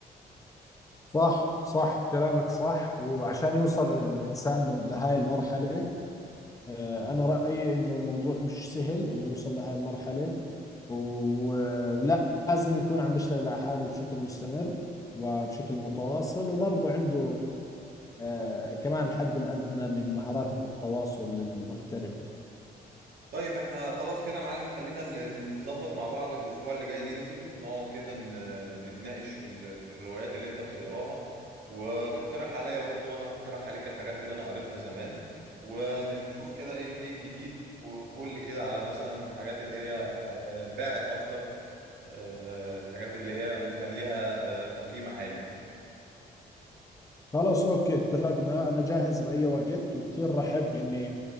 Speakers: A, on the left (about 20°); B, on the right (about 75°).
A: صح صح كلامك صح وعشان يوصل الإنسان لهاي المرحلة آه، أنا رأيي إنه الموضوع مش سهل إنه يوصل لهي المرحلة و- ولازم يكون عم بيشتغل على حاله بشكل مستمر وبشكل متواصل وبرضه عنده آه، كمان الحد الأدنى من مهارات التواصل المحترفة
B: طيب احنا خلاص كده يا معلم خلينا ن- ن- نظبط مع بعض الاسبوع اللي جاي ننزل نقعد كده ن- نتناقش في ال- في الروايات اللي انت بتقراها وتقترح عليا برضو وانا هقترح عليك الحاجات اللي انا قريتها زمان ونشوف كده ايه ال- ايه الجديد وتقول لي كده على مثلا الحاجات اللي هي آه، باعت اكتر آه، الحاجات اللي هي كان ليها تقييم عالي
A: خلاص أوكي اتفقنا أنا جاهز بأي وقت وكثير رحب إني